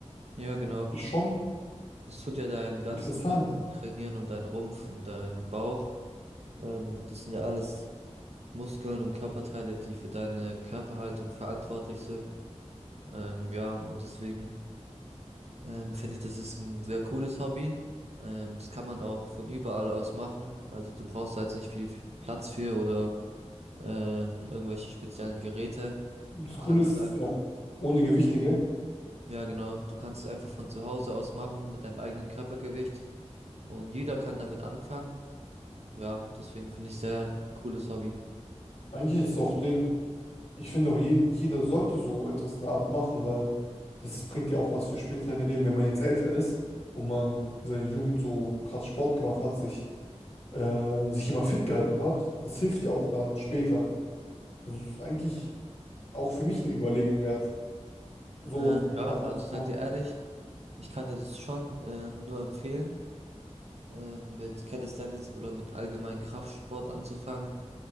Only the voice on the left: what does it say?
Ist schon
interessant.
Das
Coole
ist
es
ist ja auch ohne Gewichte, gell?
Eigentlich ist es auch Ding. Ich finde auch, je, jeder sollte so etwas in der Art machen, weil das bringt ja auch was für spätere Leben, wenn man jetzt älter ist und man in seiner Jugend so krass Sport gemacht hat, sich, äh, sich immer fit gehalten hat. Das hilft ja auch dann später. Das ist eigentlich auch für mich eine Überlegung wert, sowas
in der Art
zu
machen.